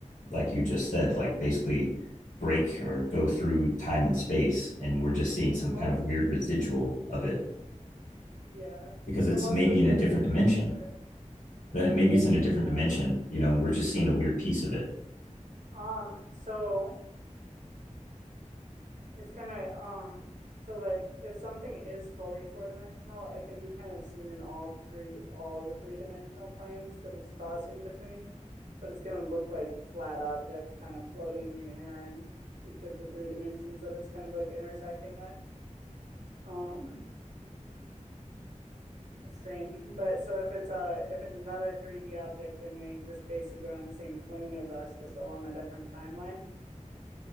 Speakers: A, on the left; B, on the right.
A: like you just said like basically break or go through time and space and we're just seeing
B: And
A: some
B: the most
A: kind of weird residual of it
B: Yeah,
A: because
B: and
A: it's
B: the most
A: maybe
B: legitimate,
A: in a different dimension
B: sorry,
A: Maybe
B: maybe,
A: it's in a different
B: I
A: dimension.
B: don't know.
A: You know, we're just seeing a weird piece of it.
B: Um, so it's kind of um, so like if something is fully four dimensional, it can be kind of seen in all three, all the three dimensional planes that it's crossing between, but it's gonna look like flat objects kind of floating in the air in each of the three dimensions that it's kind of like intersecting with. Um, It's strange, but so if it's a if it's another 3D object, then they exist basically on the same plane as us, just along a different timeline.